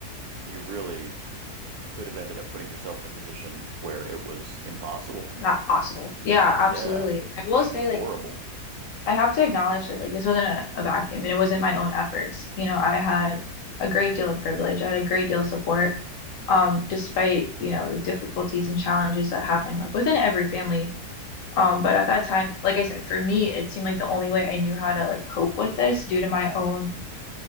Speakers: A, on the right; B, on the left.
A: you really could have ended up putting yourself in a position where it was impossible.
B: Not possible. Yeah, absolutely.
A: Yeah,
B: I will
A: which
B: say,
A: would be horrible.
B: like, I have to acknowledge that, like, this wasn't a, vacuum and it wasn't my own efforts. You know, I had a great deal of privilege. I had a great deal of support, um, despite, you know, the difficulties and challenges that happen, like, within every family. Um, but
A: Mhm.
B: at that time, like I said, for me, it seemed like the only way I knew how to, like, cope with this due to my own